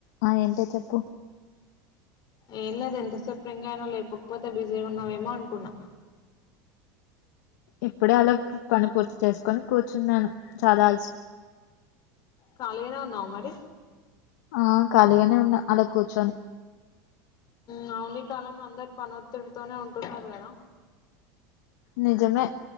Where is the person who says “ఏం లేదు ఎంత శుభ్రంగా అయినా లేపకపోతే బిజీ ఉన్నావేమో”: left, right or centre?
Left